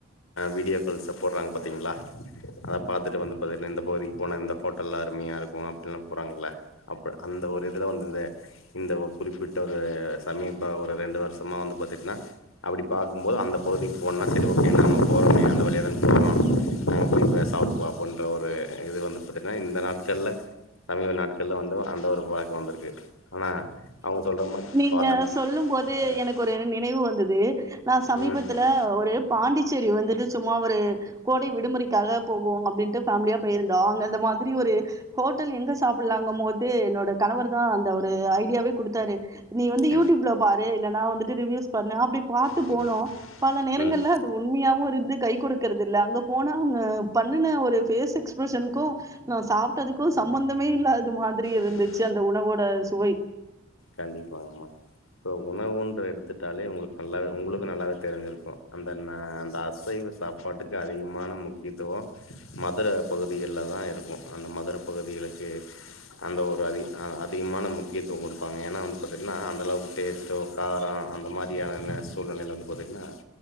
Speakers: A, on the left; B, on the right.
A: வீடியோகள்ச போட்றாங்க பாத்தீங்களா அத பாத்துட்டு வந்து பாத்திங்கனா இந்த பகுதிக்கு போன இந்த ஹோட்டல்ல அருமையா இருக்கு அப்டின்ல்லா போட்றாங்கள்ள அப்ப அந்த ஒரு இதுல வந்து இந்த இந்த குறிப்பிட்ட ஒரு சமீப ஒரு ரெண்டு வருஷமா வந்து பாத்திங்கனா அப்டி பாக்கும்போது அந்த பகுதிக்கு போன்னா அந்த வழியாதான போறோ நம்ப போய் சாப்ட்டு பாப்போம்ன்ற ஒரு இது வந்து பாத்தீங்கன்னா இந்த நாட்கள்ல சமீப நாட்கள்ல வந்து அந்த ஒரு பழக்கம் வந்திருக்கு ஆனா அவங்க சொல்ற மாரி
B: நீங்க
A: பாத்தோம்னா
B: சொல்லும் போது
A: நல்லா இருக்கு
B: எனக்கு ஒரு நினைவு வந்துது நா சமீபத்துல
A: ம் ம்
B: ஒரு பாண்டிச்சேரி வந்து சும்மா ஒரு கோடை விடுமுறைக்காக போவோ அப்டின்ட்டு பேமிலியா போயிருந்தோ அங்க வந்து த மாதுரி ஒரு ஹோட் டுல் எங்க சாப்புட்லாங்க மோது என்னோட கணவர் தா அந்த ஒரு ஐடியா வே குடுத்தாரு நீ வந்து
A: கண்டிப்பா
B: யூட்யூப்ல பாரு இல்லனா வந்துட்டு ரிவியூஸ் பண்ணு அப்டி பாத்து
A: கண்டிப்பா
B: போனா பல நேரங்கள்ல
A: ம்
B: அது உண்மியாவு இருந்து கை குடுக் கிற்துல்ல அங்க போனா அவுங்க பண்னுன ஒரு பேஸ் எக்ஸ்பிரஷன்க்கு நா சாப்ட்டதுக்கு சம்மந்தமே இல்லாது மாத் துரி இருந்துச்சு
A: கண்டிப்பா
B: அந்த உணவோட சுவை
A: கண்டிப்பாங்ம்மா இப்போ உணவுன்ற எடுத்துட்டாலே உங்களுக்கு நல்லாவே உங்ளுக்கு நல்லாவே தெரிஞ்சிருக்கு அந்த ந அந்த அசைவ சாப்பாட்டுக்கு அதிகமான முக்கியத்துவொ மதுர பகுதிகள்லதா இருக்கு அந்த மதுர பகுதிகளுக்கு அந்த ஒரு அதிக அ அதிகமான முக்கியத்துவொ குடுப்பாங்க ஏன்னா வந்து பத்தீங்னா அந்தளவுக் டேஸ்ட்டோ காரொ அந்த மாரியானன்ன சூழ்நிலைல் வந்து பாத்தீங்னா